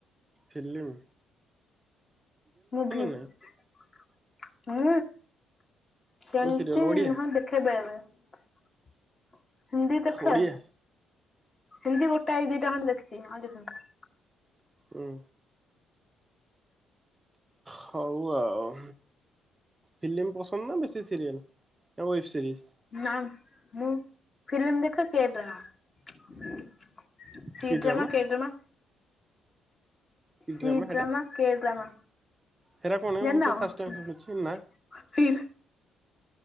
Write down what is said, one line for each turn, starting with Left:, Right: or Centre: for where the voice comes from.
Right: ଫିଲିମ୍।
Left: ମୁଭି
Right: ନାଇଁ
Left: ହୁଁ। ସେମ୍ତି
Right: କୋଉ ସିରିଏଲ ଓଡିଆ
Left: ହଁ ଦେଖେ ବେଳେ-ବେଳେ ହିନ୍ଦୀ ଦେଖେ।
Right: ଓଡିଆ
Left: ହିନ୍ଦୀ ଗୋଟାଏ ଦିଟା ଖଣ୍ଡେ ଦେଖିଚି ଆଉ ଦେଖିନି।
Right: ହୁଁ। ହଉ ଆଉ। ଫିଲିମ୍ ପସନ୍ଦ ନା ବେଶୀ ସିରିଏଲ୍ ନା ୱେବ୍ ସିରିଜ୍?
Left: ନା ମୁଁ ଫିଲିମ୍ ଦେଖେ <unintelligible> ସିଡ୍ରାମା
Right: କି ଡ୍ରାମା
Left: କେଡ୍ରାମା।
Right: କି
Left: ସିଡ୍ରାମା
Right: ଡ୍ରାମା ହେଟା
Left: କେଡ୍ରାମା। <unintelligible>
Right: ହେରା କଣ ମୁଁ ତ ଫାଷ୍ଟ ଟାଇମ ଶୁଣୁଛି ନା